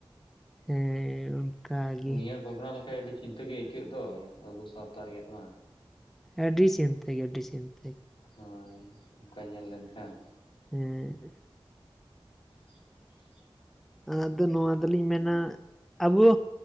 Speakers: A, in the centre; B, on the left.
A: ᱦᱮᱸ ᱚᱱᱠᱟᱜᱮ
B: ᱩᱭᱦᱟᱹᱨ ᱵᱷᱟᱵᱽᱱᱟ ᱞᱮᱠᱷᱟᱡ ᱟᱹᱰᱤ ᱪᱤᱱᱛᱟᱹ ᱜᱮ ᱟᱹᱭᱠᱟᱹᱜ ᱫᱚ ᱟᱵᱚ ᱥᱟᱶᱛᱟ ᱨᱮᱭᱟᱜ ᱢᱟ
A: ᱟᱹᱰᱤ ᱪᱤᱱᱛᱟᱹ ᱜᱮ ᱟᱹᱰᱤ ᱪᱤᱱᱛᱟᱹ ᱾
B: ᱦᱳᱭ ᱚᱱᱠᱟ ᱧᱮᱞ ᱞᱮᱱᱠᱷᱟᱱ
A: ᱦᱮᱸ
B: <inaudible>
A: ᱟᱫᱚ ᱱᱚᱣᱟ ᱫᱚ ᱞᱤᱧ ᱢᱮᱱᱟ ᱟᱵᱚ